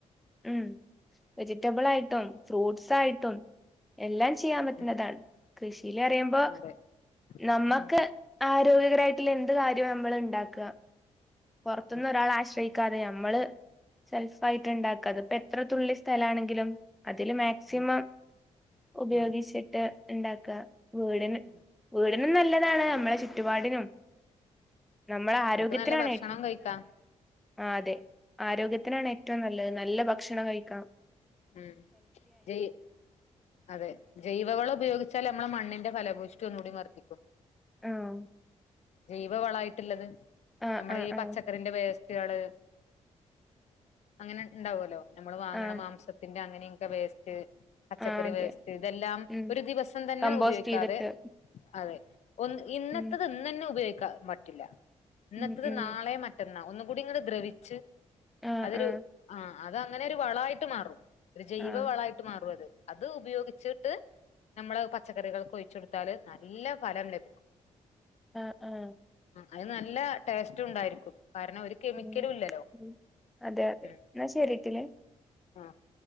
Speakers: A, in the centre; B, on the left.
A: ഉം വെജിറ്റബിൾ ആയിട്ടും ഫ്രൂട്ട്സ് ആയിട്ടും എല്ലാം ചെയ്യാൻ പറ്റുന്നതാണ്
B: ഉം ഉം
A: കൃഷിയില് അറിയുമ്പോ
B: അതെ
A: നമ്മക്ക്
B: ഉം
A: ആരോഗ്യകരമായിട്ടുള്ള എന്ത് കാര്യവും നമ്മൾ ഉണ്ടാക്കുക പുറത്തൊന്നും
B: ഉം
A: ഒരാൾ ആശ്രയിക്കാതെ നമ്മള് സെൽഫ് ആയിട്ട് ഉണ്ടാക്കാ അതിപ്പോ എത്ര എത്രത്തുള്ളി സ്ഥലമാണെങ്കിലും അതില് മാക്സിമം
B: ഉം
A: ഉപയോഗിച്ചിട്ട്
B: ഉം ഉം
A: ഉണ്ടാക്കുക വീടന്
B: ഉം
A: വീടിനും നല്ലതാണ് നമ്മളെ ചുറ്റുപാടിനും നമ്മള ആരോഗ്യത്തിനാണ്
B: നമുക്ക് നല്ല ഭക്ഷണം കഴിക്കാം
A: ആഹ് അതെ ആരോഗ്യത്തിനാണ് ഏറ്റവും നല്ലത് നല്ല ഭക്ഷണം കഴിക്കണം
B: ഉം ജെയ് അതെ ജൈവവളം ഉപയോഗിച്ചാൽ നമ്മെളെ മണ്ണിന്റെ ഫലഭൂഷ്ടി ഒന്നുകൂടി വർദ്ദിക്കും
A: ആഹ്
B: ജൈവ വളമായിട്ടുള്ളത്
A: ആ
B: നമ്മളെ
A: ആ
B: ഈ
A: ആ
B: പച്ചക്കറിന്റെ വേസ്റ്റ് വേസ്റ്റുകള് അങ്ങനെ ഉണ്ടാവല്ലോ നമ്മള് വാങ്ങണ
A: ആ
B: മാംസ ത്തിന്റെ അങ്ങനെയൊക്കെ വേസ്റ്റ് പച്ചക്കറി
A: ആ അതെ
B: വേസ്റ്റ് ഇതെല്ലാം
A: ഉം
B: ഒരു ദിവസം തന്നെ
A: കമ്പോസ്റ്റ്
B: ഉപയോഗിക്കാതെ
A: ചെയ്തിട്ട്
B: അതെ ഒന്ന് ഇന്നത്തത്
A: ഉം
B: ഇന്ന് തന്നെ ഉപയോഗിക്കാൻ പറ്റില്ല ഇന്നത്തത്
A: ഉം ഉം
B: നാളെ മറ്റനാ ളും ഒന്നു കൂടി ഇങ്ങ്ട് ദ്രവിച്ച്
A: ആ
B: അതൊരു
A: ആ
B: ആഹ് അത് അങ്ങനെ ഒരു വളമായിട്ട് മാറും ഒരു ജൈവ
A: ആ
B: വളമായിട്ട് മാറും അത് അത് ഉപയോഗിച്ചിട്ട് നമ്മള് പച്ചക്കറികൾക്ക് ഒഴിച്ചു കൊടുത്താല് നല്ല ഫലം ലഭിക്കും
A: ആഹ്ആഹ്
B: ആഹ് അത് നല്ല ടേസ്റ്റും ഉണ്ടായിരിക്കും കാരണം ഒരു കെമിക്കലും
A: ഉം
B: ഇല്ലല്ലോ
A: ഉം അതെ അതെ
B: ആഹ്
A: എന്നാ ശരിട്ടിലെ
B: ഉം ഉം ആഹ്